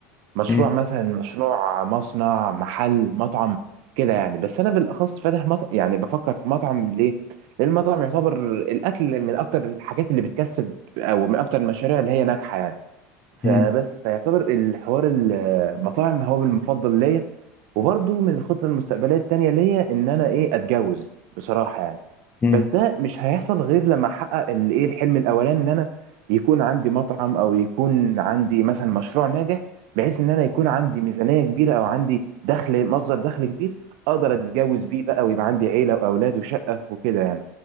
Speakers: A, on the right; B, on the left.
A: مشروع
B: مم.
A: مثلا مشروع مصنع محل مطعم كده يعني بس انا بالاخص فاتح مطعم يعني بفكر في مطعم ليه لان المطعم يعتبر الاكل من اكتر الحاجات اللي بتكسب او من اكتر المشاريع اللي هي ناجحه يعني فبس
B: مم.
A: فيعتبر الحوار المطاعم هو المفضل ليا وبرضو من الخطط المستقبليه التانيه ليا ان انا ايه اتجوز بصراحه يعني
B: مم.
A: بس ده مش هيحصل غير لما احقق الايه الحلم الاولاني ان انا يكون عندي مطعم او يكون عندي مثلا مشروع ناجح بحيث ان انا يكون عندي ميزانية كبيرة او عندي دخل مصدر دخل كبير اقدر اتجوز بيه بقى ويبقى عندي عيلة واولاد وشقة وكده يعني